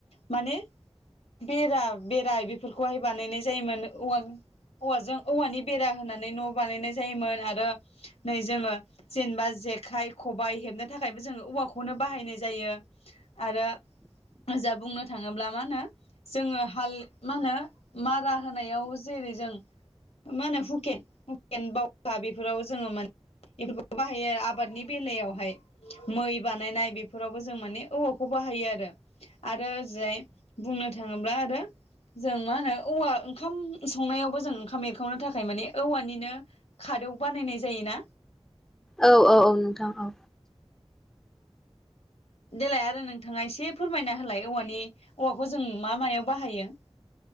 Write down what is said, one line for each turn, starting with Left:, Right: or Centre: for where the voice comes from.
Left: माने बेरा बेरा बेफोरखौहाय बानायनाय जायोमोन औवा औवाजों औवानि बेरा होनानै न' बानायनाय जायोमोन आरो नै जोङो जेनेबा जेखाइ खबाइ हेबनो थाखायबो जोङो औवाखौनो बाहायनाय जायो आरो जा बुंनो थाङोब्ला मा होनो जोङो हाल मा होनो मारा होनायाव जेरै जों मा होनो हुकेन हुकेन बावखा बेफोराव जोङो माने बेफोरखौ बाहायो आरो आबादनि बेलायावहाय मै बानायनाय बेफोरावबो जों माने औवाखौ बाहायो आरो आरो ओजहाय बुंनो थाङोब्ला आरो जों मा होनो औवा ओंखाम संनायावबो जों ओंखाम एरखावनो थाखाय मानि औवानिनो खादौ बानायनाय जायो ना।
Centre: औ औ औ नोंथां औ।
Left: देलाय आरो नोंथाङा एसे फोरमायना होलाय औवानि औवाखौ जों मा मायाव बाहायो?